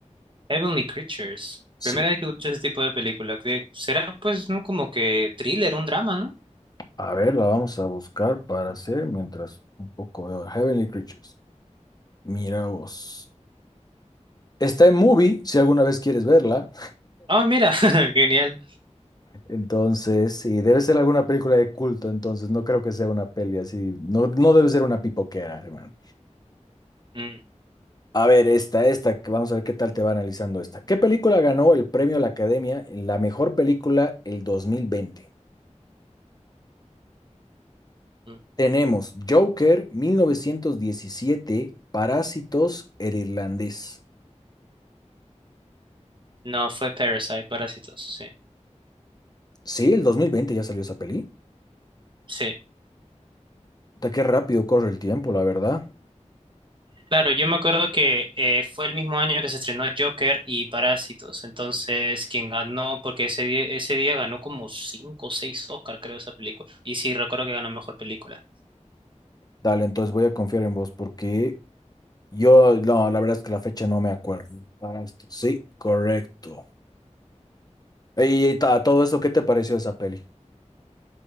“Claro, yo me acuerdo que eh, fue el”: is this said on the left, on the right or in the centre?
Right